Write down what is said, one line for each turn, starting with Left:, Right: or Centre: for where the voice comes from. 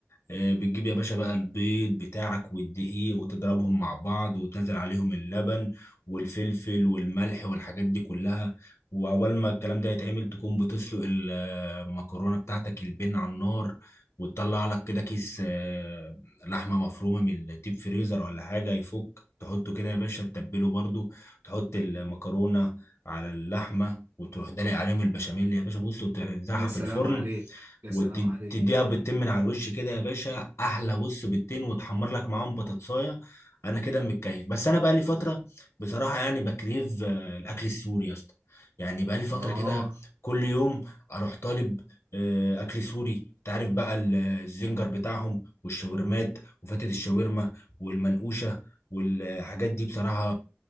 Left: آه، بتجيب يا باشا بقى البيض بتاعك والدقيق وتضربهم مع بعض وتنزل عليهم اللبن والفلفل والملح والحاجات دي كلها وعقبال ما الكلام ده يتعمل تكون بتسلق ال- المكرونة بتاعتك البن على النار وتطلع لك كده كيس آه، لحمة مفرومة من الديب فريزر ولا حاجة يفك تحطه كده يا باشا تتبله برضو تحط المكرونة على اللحمة وتروح دلق عليهم البشاميل يا باشا بص وتنزعها
Right: يا سلام
Left: في الفرن
Right: عليك يا
Left: وتديها
Right: سلام عليك
Left: بالتين من على الوش كده يا باشا احلى بص بالتين وتحمر لك معاهم بطاطسايه انا كده متكيف بس انا بقى لي فتره بصراحه يعني بكريف آه، الاكل السوري يا اسطى يعني بقى لي فتره
Right: اه
Left: كده كل يوم اروح طالب آه، اكل سوري تعرف بقى ال- الزنجر بتاعهم والشاورمات وفتة الشاورما والمنقوشه والحاجات دي بصراحه